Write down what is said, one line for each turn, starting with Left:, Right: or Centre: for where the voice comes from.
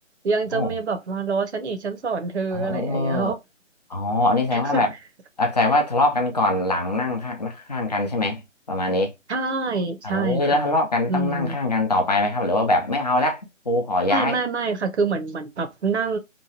Right: ยังจะมีแบบมาล้อฉันอีกฉันสอนเธออะไรอย่างเงี้ย
Left: โอ้เออเออเอออ๋ออันนี้แสดงว่าแบบ
Right: <laughs>
Left: แสดงว่าทะเลาะกันก่อนหลังนั่งข้างข้างกันใช่ไหมประมาณนี้
Right: ใช่
Left: เออแล้วทะเลาะกันต้องนั่งข้างกันต่อไปไหมครับหรือว่าแบบไม่เอาละครูขอย้าย
Right: ใช่ค่ะอืม ไม่ไม่ไม่ค่ะคือเหมือนเหมือนแบบนั่ง